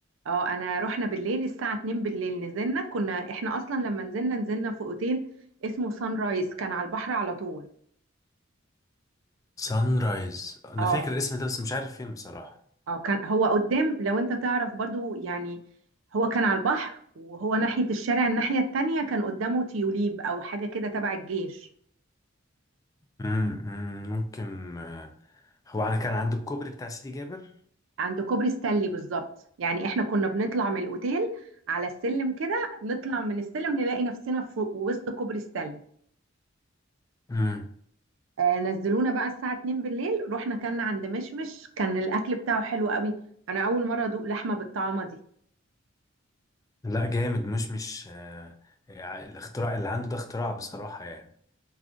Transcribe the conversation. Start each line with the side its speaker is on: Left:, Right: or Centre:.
Right: اه انا رحنا بالليل الساعة 2 بالليل نزلنا كنا احنا اصلا لما نزلنا نزلنا في اوتيل اسمه سان رايز كان على البحر على طول
Left: سان رايز انا
Right: اه
Left: فاكر الاسم ده بس مش عارف فين بصراحة
Right: اه كان هو قدام لو انت تعرف برضو يعني هو كان على البحر وهو ناحية الشارع الناحية التانية كان قدامه تيوليب او حاجة كده تبع الجيش
Left: امم أمم، ممكن آه، هو انا كان عند الكوبري بتاع سيدي جابر
Right: عند كوبري ستانلي بالظبط يعني احنا كنا بنطلع من الاوتيل على السلم كده نطلع من السلم نلاقي نفسنا في وسط كوبري ستانلي
Left: امم
Right: آه نزلونا بقى الساعة 2 بالليل رحنا كنا عند مشمش كان الأكل بتاعه حلو قوي أنا أول مرة أدوق لحمة بالطعمة دي
Left: لا جامد مش مش آه، يعني الاختراع اللي عنده ده اختراع بصراحة يعني